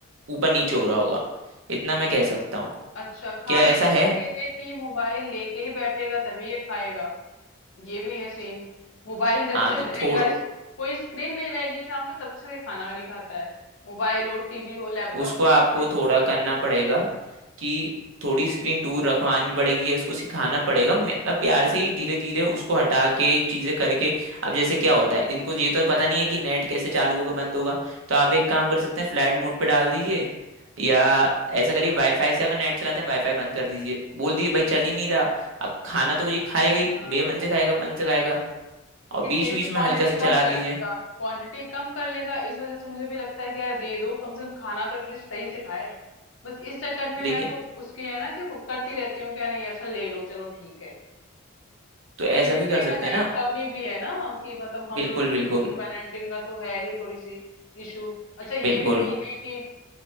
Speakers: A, on the right (about 60°); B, on the left (about 60°).
A: ऊपर नीचे हो रहा होगा इतना मैं कह सकता हूँ
B: अच्छा खाने
A: क्या ऐसा
B: का
A: है
B: तो ये है कि मोबाइल लेके ही बैठेगा तभी ये खाएगा ये भी है सीन मोबाइल जब
A: हाँ
B: से
A: तो
B: रहेगा
A: थोड़ा
B: इस, कोई स्क्रीन नहीं रहेगी सामने तब से ये खाना नहीं खाता है मोबाइल हो टीवी हो लैपटॉप
A: उसको
B: हो
A: आपको
B: कुछ भी
A: थोड़ा करना पड़ेगा कि थोड़ी स्क्रीन दूर रखवानी पड़ेगी या इसको सिखाना पड़ेगा मतलब प्यार से ही धीरे धीरे उसको हटा के चीजें करके अब जैसे क्या होता है इनको ये तो पता नहीं है कि नेट कैसे चालू होगा बंद होगा तो आप एक काम कर सकते हैं फ्लाइट मोड पे डाल दीजिए या ऐसा करिए वाईफाई से अगर नेट चलाते हैं वाईफाई बंद कर दीजिए बोल दीजिए भाई चल ही नहीं रहा अब खाना तो ये खाएगा ही
B: हाँ
A: बेमन से खाएगा मन से खाएगा
B: लेकिन
A: और बीच
B: ये है
A: बीच
B: कि क्वांटिटी
A: में हल्का सा
B: कम
A: चला
B: कर
A: दीजिए
B: लेगा क्वांटिटी कम कर लेगा इस वजह से मुझे भी लगता है कि यार दे दो कम से कम खाना तो एटलीस्ट सही से खाए बस इस चक्कर में
A: लेकिन
B: मैं तो उसकी है ना कि वो करती रहती हूँ क्या नहीं अच्छा ले लो चलो ठीक है
A: तो ऐसा
B: तो ये भी
A: भी
B: कहीं
A: कर सकते
B: ना कहीं
A: हैं ना
B: कमी भी है ना कि मतलब हम
A: बिल्कुल
B: लोग की
A: बिल्कुल
B: भी पेरेंटिंग का तो है ही थोड़ी सी इशू अच्छा ये
A: बिल्कुल
B: भी नहीं है कि